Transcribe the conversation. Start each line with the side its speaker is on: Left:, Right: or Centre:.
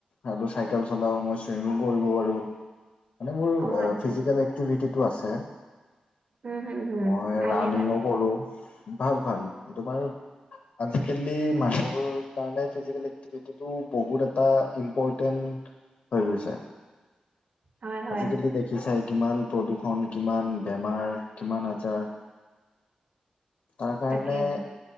Left: আৰু চাইকেল চলাও, মই চুইমো কৰিব পাৰোঁ। মানে মোৰ
Right: অ আচ্ছা
Left: ফিজিকেল এক্টিভিটিটো আছে।
Right: উম হম হম
Left: মই
Right: ভালে
Left: ৰাণিং
Right: ভালে
Left: ও কৰো। ভাল-ভাল, তোমাৰ আজি-কালি মানুহৰ কাৰণে ফিজিকেল এক্টিভিটি টো বহুত এটা ইম্পৰ্টেন্ট হৈ গৈছে।
Right: হয় হয়
Left: আজি-কালি দেখিছাই কিমান প্ৰদূষণ, কিমান বেমাৰ কিমান আজাৰ তাৰ কাৰণে
Right: তাকেইটো